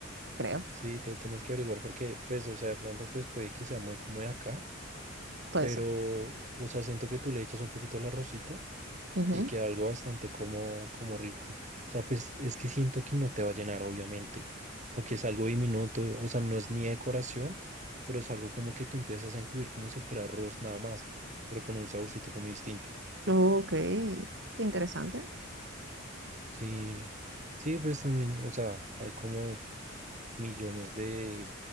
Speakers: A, on the right; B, on the right.
A: creo.
B: Sí, te tienes que averiguar porque, pues, o sea, de pronto, pues, puede que sea muy como de acá,
A: Puede
B: pero,
A: ser.
B: o sea, siento que tú le echas un poquito al arrocito
A: Ujú.
B: y queda algo bastante como, como rico. O sea, pues, es que siento que no te va a llenar, obviamente, porque es algo diminuto, o sea, no es ni decoración, pero es algo como que tú empiezas a incluir como si fuera arroz nada más, pero con un saborcito como distinto.
A: Ok, qué interesante.
B: Sí, sí, pues también, o sea, hay como millones de,